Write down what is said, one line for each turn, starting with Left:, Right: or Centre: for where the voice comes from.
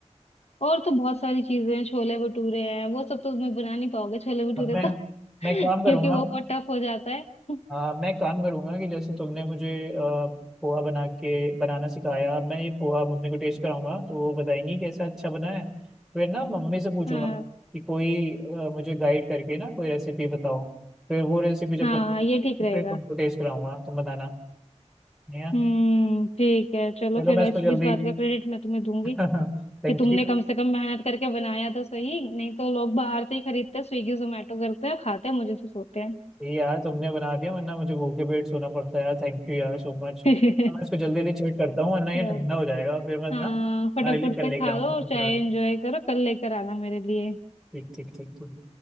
Left: और तो बहुत सारी चीजें हैं छोले भटूरे हैं वो सब तो मैं बना नहीं पाओगे छोले भटूरे
Centre: अब मैं
Left: तो <laughs>
Centre: मैं
Left: क्योंकि
Centre: काम करूंगा
Left: वो बहुत टफ हो जाता है <laughs>
Centre: हाँ मैं काम करूंगा कि जैसे तुमने मुझे अ, पोहा बना के बनाना सिखाया अब मैं ये पोहा मम्मी को टेस्ट कराऊंगा तो वो बताएंगी कैसा अच्छा बना है फिर ना मम्मी से पूछूंगा
Left: हाँ
Centre: कि कोई अ, मुझे गाइड करके ना कोई रेसिपी बताओ फिर वो रेसिपी जब
Left: हाँ
Centre: बन-
Left: ये ठीक रहेगा
Centre: फिर तुमको टेस्ट कराऊंगा तुम बताना या
Left: हम्म ठीक है चलो
Centre: चलो
Left: फिर
Centre: मैं
Left: इस,
Centre: इसको जल्दी
Left: इस बात का क्रेडिट मैं तुम्हें दूंगी
Centre: <laughs> Thank
Left: कि तुमने
Centre: you
Left: कम से कम मेहनत करके बनाया तो सही नहीं तो लोग बाहर से ही खरीदते स्विगी जोमेटो करते हैं खाते हैं मुझे से सोते हैं
Centre: ये यार तुमने बना दिया वरना मुझे भूखे पेट सोना पड़ता है यार थैंक यू यार सो मच
Left: <laughs>
Centre: मैं इसको जल्दी जल्दी चेक करता हूँ वरना ये
Left: चलो
Centre: ठंडा हो जाएगा फिर मैं ना
Left: हाँ
Centre: तुम्हारे
Left: फटाफट
Centre: लिए कल
Left: से
Centre: लेके
Left: खा
Centre: आऊंगा
Left: लो और
Centre: कुछ
Left: चाय
Centre: और
Left: एंजॉय करो कल लेकर आना मेरे लिए
Centre: ठीक ठीक ठीक ठीक